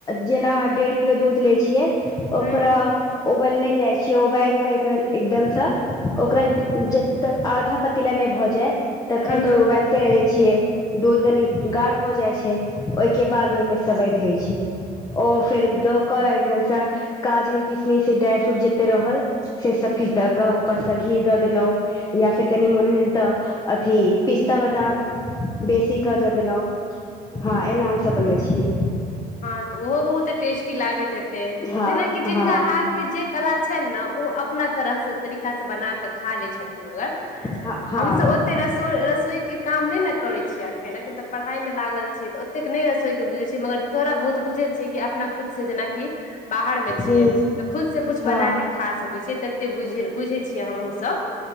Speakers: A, on the left; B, on the left.
A: जेना डेढ़ किलो दूध लय छियै
B: हूँ
A: ओकरा उबालने जाय छिये उबाल के एकदम से ओकरा जब तक आधा प पला नहि भऽ जाय तखन
B: हूँ
A: तऽ उबालते रहे छियै दूध कनी गाढ़ भऽ जाइ छै के बाद ओहिमे
B: अच्छा
A: सवैध होइ छै ओ फेर दोक एकदम सकाजू किसमिश ड्रााय फ्रूट जते रहल से सब
B: अच्छा
A: किछु दऽ कऽ ऊपरस घी दऽ देलहुं या फेर कनि मोन भेल तऽ अथी पिस्ता बादाम बेसी सीकऽ
B: अच्छा
A: दऽ देलहुं हँ एना हमसब बनबै छियै
B: हँ ओहो बहुत टेस्टी लगैत हेते
A: हँ
B: जेनाकि जिनका
A: हँ
B: हाथ जे कला छनि नऽ ओ अप अपना तरह सं तरीकासँ बनााक खा लै छथिन मगर
A: हँ हँ
B: हमसब रसोई रसोई के काम नहि ने करे छीये अखन एखन तऽ पढ़ाई मे लागल छियै तऽ ओतेक नय रसोइ के बुझै छियै मगर थोड़ा बहुत बुझे छियै कि अपना खुद से जेनाकि बाहर में छियै
A: हुँ
B: तऽ खुदसँ कु
A: हँ
B: बना कऽ खा सकैत छियै तऽ एत्ते बुझे ले बुझै छियै हमहुँ सब